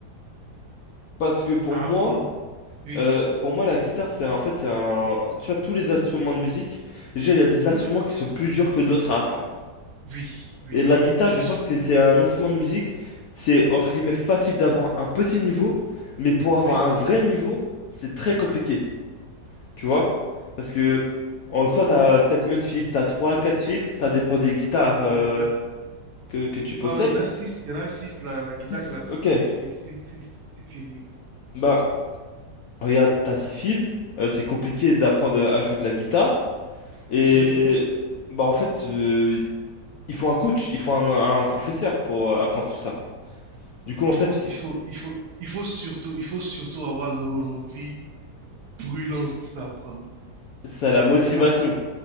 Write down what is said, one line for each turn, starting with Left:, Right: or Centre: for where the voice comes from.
Left: Parce que pour
Right: à
Left: moi,
Right: apprendre. Oui,
Left: Euh, pour moi, la guitare, c'est un- en fait, c'est un. Tu vois, tous les instruments de musique, déjà, il y a des
Right: Mhm.
Left: instruments qui sont plus durs que d'autres à apprendre.
Right: Oui, oui,
Left: Et la guitare,
Right: c'est
Left: je
Right: sûr.
Left: pense que c'est un instrument de musique, c'est entre guillemets facile d'avoir un petit niveau, mais pour avoir
Right: Oui,
Left: un vrai niveau, c'est très
Right: c'est
Left: compliqué.
Right: ça.
Left: Tu
Right: C'est
Left: vois?
Right: ça,
Left: Parce que
Right: c'est ça.
Left: en soi, t'as, t'as combien de fils? T'as 3, 4 fils, ça dépend des guitares
Right: c'est
Left: euh,
Right: ça.
Left: que, que tu possèdes.
Right: Bon, il y en a six, il y en a six, la, la guitare
Left: 6.
Right: classique,
Left: ok.
Right: six filles, six, six, six filles, oui.
Left: Bah, regarde, t'as 6 fils, euh, c'est compliqué
Right: Oui.
Left: d'apprendre à jouer de la guitare. Et
Right: <laughs>
Left: bah en fait, euh, il faut un coach, il faut un, un professeur pour euh, apprendre tout ça. Du coup,
Right: Moi,
Left: en fait,
Right: je pense
Left: c'est
Right: qu'il faut, il faut, il faut surtout, il faut surtout avoir l'envie brûlante d'apprendre,
Left: ça la motivation.